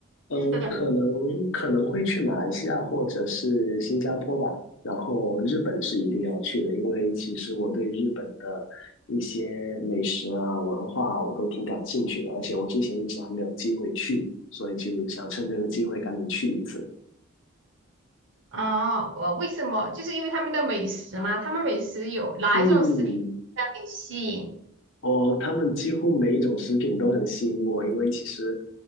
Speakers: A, on the left; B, on the right.
A: 嗯，
B: 日本
A: 可能可能会去马来西亚或者是新加坡吧，然后日本是一定要去的，因为其实我对日本的一些美食啊、文化啊我都挺感兴趣的，而且我之前一直还没有机会去，所以就想趁这个机会赶紧去一次。
B: 啊，我为什么？就是因为他们的美食嘛，他们美食有哪一种食品让你吸引？
A: 嗯，哦，他们几乎每一种食品都很吸引我，因为其实，